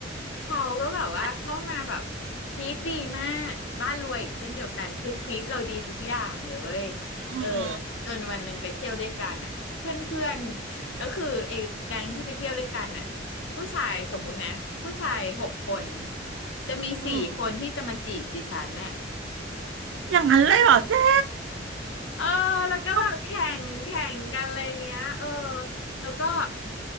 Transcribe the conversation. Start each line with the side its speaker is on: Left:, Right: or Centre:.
Left: เขาก็แบบว่าเข้ามาแบบทรีตดีมากบ้านรวยอีกเช่นเดียวกันคือทรีตเราดีทุกอย่างเลยเว้ย
Right: และอืมอ
Left: เออจนวันหนึ่งไปเที่ยวด้วยกันอ่ะเพื่อนเพื่อนแล้วคือไอ้แก๊งที่ไปเที่ยวด้วยกันอ่ะผู้ชายสมมุตินะผู้ชายหกคนจะมีสี่คนที่จะมาจีบดิฉันน่ะ
Right: ืมอย่างนั้นเลยเหรอเจ๊
Left: เออแล้วก็แบบแข่งแข่งกันอะไรอย่างเงี้ยเออ
Right: โคตร
Left: แล้วก็